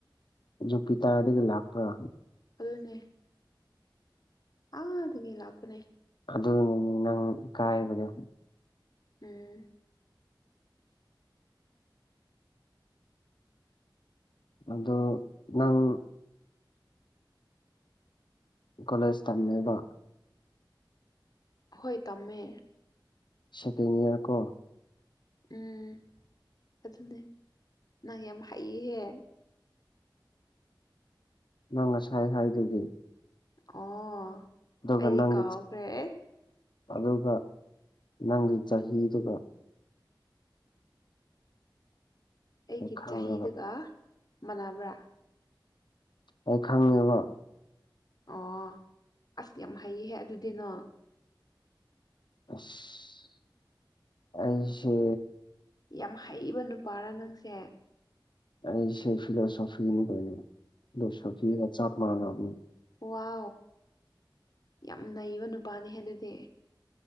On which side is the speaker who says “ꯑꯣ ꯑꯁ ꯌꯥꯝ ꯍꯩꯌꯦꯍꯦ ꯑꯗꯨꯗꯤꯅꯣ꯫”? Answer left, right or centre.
Left